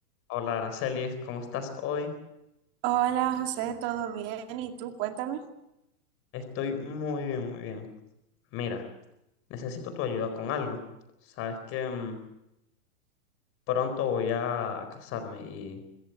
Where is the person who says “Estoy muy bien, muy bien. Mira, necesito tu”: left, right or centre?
Left